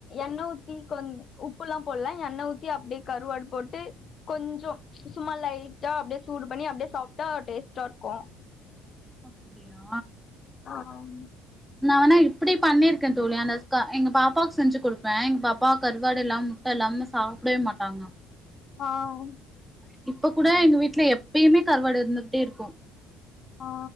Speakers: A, on the left; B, in the centre.
A: என்ன ஊத் ஊத்தி க உப்பு எல்லா போடலா எண்ணெய ஊி அப்டியே கருவாடு போட்டு கொஞ்ச சும்மா லைட்டா அப்டியே சூடு பண்ணி அப்டியே சாப்பிட்டா டேஸ்டா இருக்கு
B: அப்டியா
A: ஆஹ்ம்
B: நா வேணா இப்டி பண்ணிருக்க தோழி அந்த எங்க பாப்பாக்கு செஞ்சு கொடுப்பே எங்க பாப்பா கருவாடு இல்லாம முட்ட இல்லாம சாப்டவே மாட்டாங்க
A: ஆஹ்
B: இப்ப கூட எங்க வீட்டுல எப்பயுமே கருவாடு இருந்துகிட்டே இருக்கு
A: ஆ